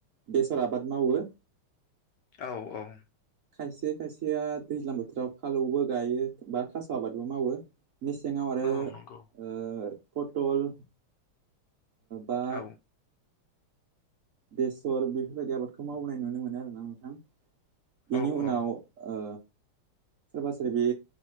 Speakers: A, on the right; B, on the left.
A: बेसर आबाद मावो
B: औ औ
A: खायसे खायसेया दैज्लां बोथोराव फालौबो गायो बा थास' आबादबो मावो मेसेङाव आरो
B: औ नंगौ
A: पटल बा
B: औ
A: बेसर बेफोरबायदि आबादखौ मावनाय नुनो मोनो आरोना नोंथां बिनि
B: औ
A: उनाव
B: औ
A: ओ सोरबा सोरबि